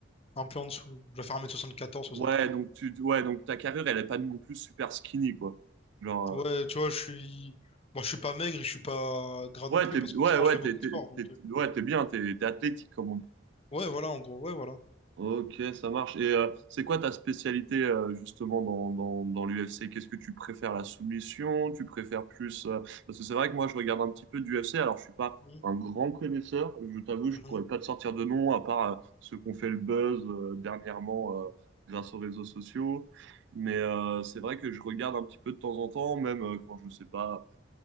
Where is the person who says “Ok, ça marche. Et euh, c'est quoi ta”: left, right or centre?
Right